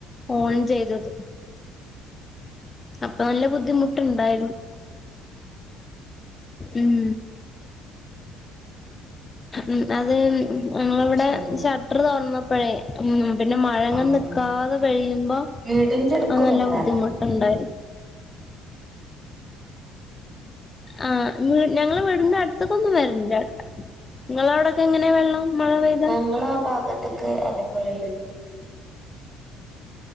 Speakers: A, on the left (about 20°); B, on the right (about 25°).
A: ഓൺ ചെയ്തത്. അപ്പൊ നല്ല ബുദ്ധിമുട്ടുണ്ടായിരുന്നു ഉം. ഉഹ് അത് ഞങ്ങളവടെ
B: ശരി
A: ഷട്ടർ തൊ റന്നപ്പഴേ. ഉം പിന്നെ മഴങ്ങങ്
B: ആഹ്
A: നിക്കാതെ പെ യുമ്പോ
B: വീടിന്റെ അടുക്കലല്ലായിരുന്നോ
A: അ നല്ല ബുദ്ധിമുട്ടുണ്ടായിന്നു. ആഹ് ഞങ്ങളെ വിടന്റടുത്തൊക്കൊ ന്നും വരല്ല. ഇങ്ങളവടൊക്കെങ്ങനെ വെള്ളം മഴ പെയ്താ
B: ങ്ങ്ളാ ഭാഗത്ത്. ക്ക് അതേപോലെല്ലേ.